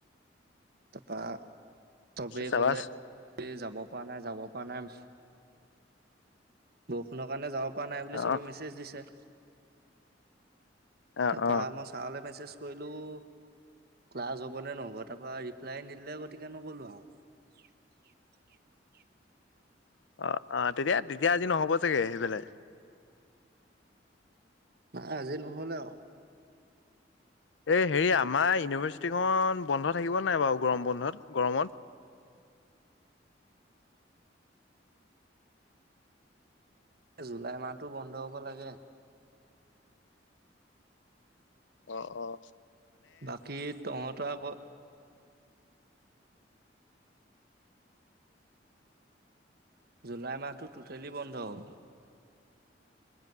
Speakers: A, on the right (about 55°); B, on the left (about 80°).
A: তাৰপৰা। চবেই
B: চাবাচ
A: ক'লে যাব। পৰা নাই যাব পৰা নাই। বৰষুণৰ কাৰণে যাব। পোৱা নাই বুলি চবে
B: অ
A: মেছেজ দিছে।
B: অ
A: তাৰপৰা
B: অ
A: মই চাৰলৈ মেছেজ কৰিলোঁ ক্লাছ হ'ব নে নহ'ব তাৰপাৰ ৰিপ্লাই নিদিলে গতিকে নগ'লো আৰু।
B: অ-অ তেতিয়া তেতিয়া আজি নহ'ব চাগে সেইফালে
A: নাই আজি নহলে আৰু।
B: এই হেৰি আমাৰ ইউনিভাৰ্চিটিখন বন্ধ থাকিব নাই বাৰু গৰম বন্ধত গৰমত।
A: এ জুলাই মাহতটো বন্ধ হব লাগে।
B: অ-অ।
A: বাকী তহঁতৰ আকৌ। জুলাই মাহটো টোটেলি বন্ধ হ'ব।